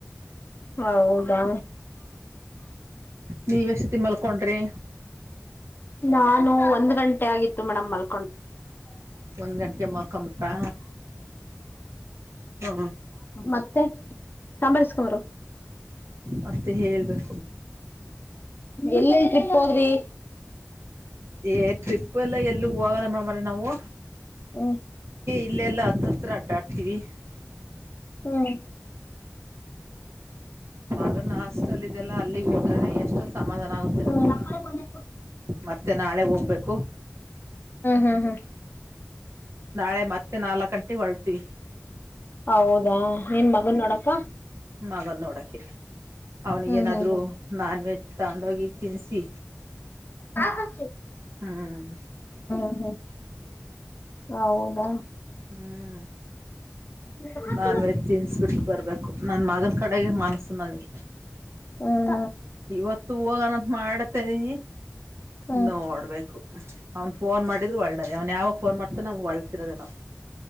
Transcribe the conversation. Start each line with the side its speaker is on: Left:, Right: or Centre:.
Left: ಹೌದಾ
Right: ನೀವ ಎಷ್ಟತಿ ಮಲ್ಕೊಂಡ್ರಿ
Left: ನಾನು ಒಂದು್ ಗಂಟೆ ೆ ಆಗಿತ್ತು ಮೇಡ್ ಮಕ
Right: ಒಂದ್ ಗಂಟೆಗೆ ಮಲ್ಕೊಂಬಿಟ್ರಾ ಹಾ
Left: ಮತ್ತೆ ಸಾಂಬಾರಸ್ಕೊಂಬರು
Right: ಮತ್ತೆ ಹೇಳ್ಬೇಕು
Left: ಎಲ್ಲೆಲ್ಲಿ ಟ್ರಿಪ್ ಹೋದ್ರಿ
Right: ಏ ಟ್ರಿಪ್ ಎಲ್ಲ ಎಲ್ಲಿ ಹೋಗಲ್ಲ ಮೇಡಮ್್ರ ನಾವು
Left: ಹ್ಮ
Right: ಇಲ್ಲೆಲ್ಲಾ ಹತ್ತ ಹತ್ರ ಅಡ್ಡಾಡ್ತೀವಿ
Left: ಹ್ಮ್
Right: ಅವ್ರನ್ನ ಹಾಸ್ಟೆಲ್ ಇದೆಲ್ಲ ಅಲ್ಲಿಗೆ ಹೋದ್ರೆ ಎಷ್ಟು ಸಮಾಧಾನ ಆಗುತ್ತೆ ನನಗೆ
Left: ಹ್ಮ್ ಹ್ಮ್
Right: ಮತ್ತೆ ನಾಳೆ ಹೋಗ್ಬೇಕು
Left: ಹ್ಮ್ ಹ್ಮ್
Right: ನಾಳೆ ಮತ್ತೆ ನಾಲ್ಕ್ ಗಂಟೆಗೆ ಹೊಳ್ತೀವಿ
Left: ಹೌದಾ ಏನ್ ಮಗನ್ ನೋಡಪ್ಪ
Right: ಮಗನ ನೋಡೋಕ್ಕೆ ಅವನಿಗೇನಾದರೂ
Left: ಹ್ಮ
Right: ನಾನ್ ವೆಜ್ ತಗೊಂಡೋಗಿ ತಿನ್ನಿಸಿ
Left: ಹ
Right: ಹ್ಮ್
Left: ಹ ಹ್ಮ ಹೌದಾ
Right: ಹ್ಞೂ
Left: ಹ್ಮ್
Right: ನಾನ್ ವೆಜ್ ತಿನ್ಿಸಬಿಟ್ಟು ಬರ್ಬೇಕು ನನ್ ಮಗನ ಕಡೆಗೆ ಮನಸ್ಸು ನನಗೆ
Left: ಹ್ಮ
Right: ಇವತ್ತು ಹೋಗನಂತ ಮಾಡ್ತನಿ
Left: ಹ್ಮ್
Right: ನೋಡ್ಬೇಕು
Left: ಹ್ಮ್
Right: ಅವ್ನ್ ಫೋನ್ ಮಾಡಿದ್ರು ಒಳ್ಳದ ಅವ್ನ್ ಯಾವಾಗ ಫೋನ್ ಮಾಡ್ತಾ ನಾವ ಒಳ್ತಿರದ ನಾವ್